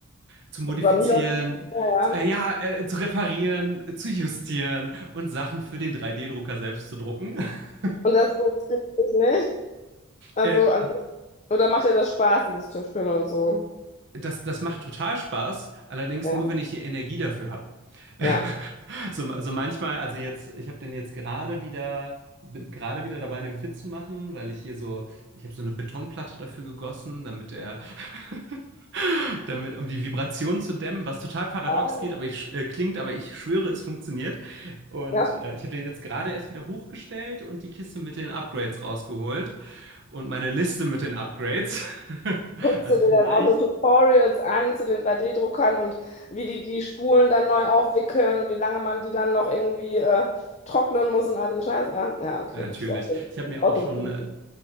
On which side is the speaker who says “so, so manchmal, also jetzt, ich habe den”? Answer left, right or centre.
Right